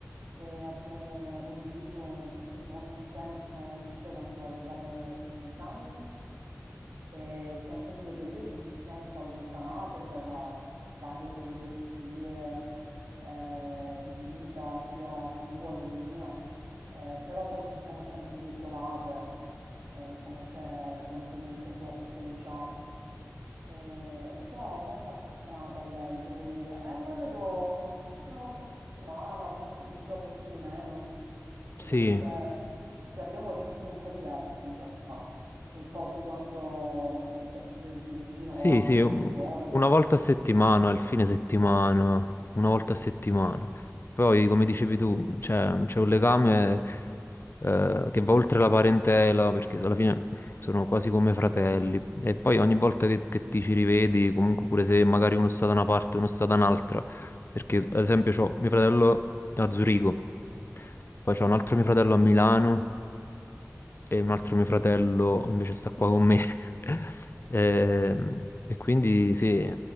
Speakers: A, on the right (about 70°); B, on the left (about 45°).
A: e abbiamo condiviso un sacco di cose assieme, ci siamo conosciute quando avevamo 15 anni e ci sono stati dei periodi in cui ci siamo un po' allontanate per eh, varie peripezie eh, di vita, sia sua che mia, eh, però poi ci siamo sempre ritrovate eh, come se, come se niente fosse, diciamo. Eh, sono molto affezionata a lei, devo dire. Eh, la vedo una volta a settimana, a volte di più, a volte di meno, perché
B: Sì,
A: comunque sì, abbiamo ritmi un po' diversi in realtà. Non so tu quanto, quanto spesso vedi tuo cugino
B: Sì,
A: o altri
B: sì, un-
A: amici tuoi.
B: una volta a settimana, il fine settimana, una volta a settimana. Poi, come dicevi tu, c'è c'è un legame eh, che va oltre la parentela, perché alla fine sono quasi come fratelli. E poi ogni volta che, che ti ci rivedi, comunque pure se magari uno sta da una parte e uno sta da un'altra, perché ad esempio c'ho mio fratello a Zurigo, poi c'ho un altro mio fratello a Milano e un altro mio fratello invece sta qua con me. <laughs> Ehm, E, quindi sì,